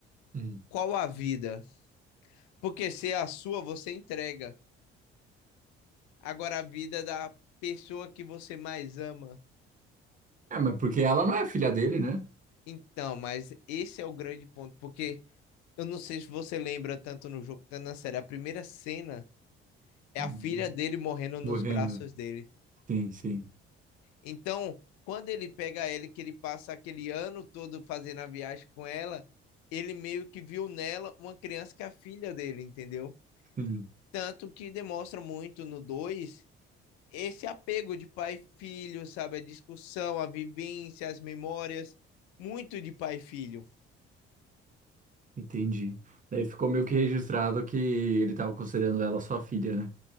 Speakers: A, on the right; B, on the left.
A: Hum.
B: qual a vida? Porque se é a sua, você entrega. Agora a vida da pessoa que você mais ama.
A: É, mas porque ela não é filha dele, né?
B: Então, mas esse é o grande ponto, porque eu não sei se você lembra tanto no jogo quanto na série, a primeira cena é
A: Uhum.
B: a filha dele morrendo nos
A: Morrendo.
B: braços dele.
A: Sim, sim.
B: Então, quando ele pega ele, que ele passa aquele ano todo fazendo a viagem com ela, ele meio que viu nela uma criança que é a filha dele, entendeu?
A: Sim.
B: Tanto que demonstra muito no 2 esse apego de pai e filho, sabe? A discussão, a vivência, as memórias, muito de pai e filho.
A: Entendi. Daí ficou meio que registrado que ele estava considerando ela sua filha, né?